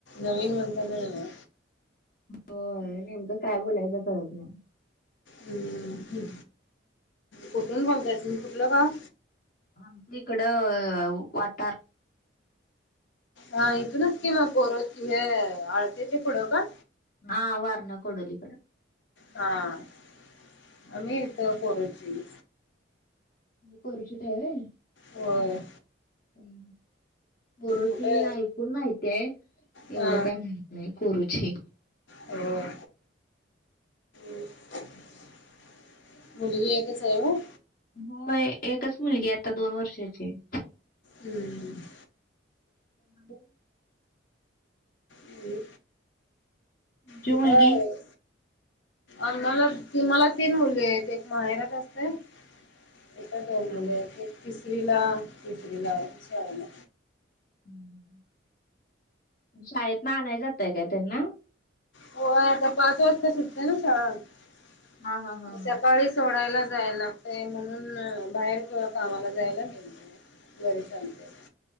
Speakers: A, on the left; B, on the left.
A: नवीन म्हणतां नां
B: होय नेमकं काय बोलायचं कळत नाय.
A: हुं कुठून बोलताय तुम्ही कुठलं गाव?
B: हामं तिकडं वातार.
A: हां इथूनच की म कोरोची हें आळते च्या पुढं का?
B: हां वारणा कोडोलीकडं.
A: हां आम्ही इथं कोरोची.
B: कोरोचीत हाय होय.
A: होय.
B: हुं कोरोची
A: कुठे
B: ऐकून माहितयं एवढं
A: हा
B: काय माहि नायी कोरोची.
A: होय <inaudible> मुलगीयं. एकचयं होय?
B: होय एकच मुलगीयं आता दोन वर्षाचीयं.
A: Very good.
B: <inaudible>
A: आणि
B: तुमची
A: कुठायं?
B: मुलगी?
A: अन मला ती मला तीन मुलीयेंत एक माहेरात असते हित दोन
B: हा
A: मुलीयेत
B: हा
A: एक तिसरीला दुसरीला शाळला.
B: हुं शाळेतंन आनाय जाताय काय त्यांना?
A: होय आता पाच वाजता सुटते नां म
B: हा हा हा हा.
A: सकाळीच सोडायला जायला लागतयं म्हणून बाहेर कामाला जायला मिळत घरीच आणते